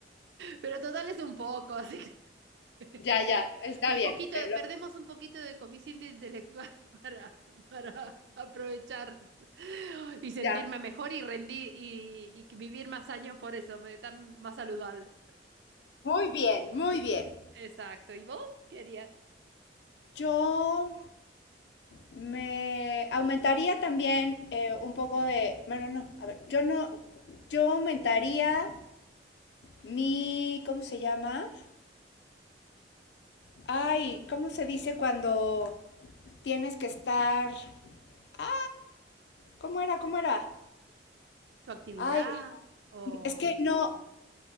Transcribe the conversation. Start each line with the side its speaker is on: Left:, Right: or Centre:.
Right: pero total es un poco, así que <laughs>
Left: Ya, ya, está
Right: un
Left: bien.
Right: poquito,
Left: te
Right: de- perdemos
Left: lo-
Right: un poquito de coeficiente intelectual <laughs> para, para aprovechar y sentirme
Left: ya.
Right: mejor y rendir y, y que vivir más años por eso, me- estar más saludable.
Left: Muy bien, muy bien.
Right: Exacto. ¿Y vos querías
Left: Yo me aumentaría también eh, un poco de... Bueno, no, a ver, yo no... Yo aumentaría mi, ¿cómo se llama? Ay, ¿cómo se dice cuando tienes que estar... Ah, ¿cómo era? ¿Cómo era?
Right: tu actividad
Left: Ay,
Right: o
Left: es que no,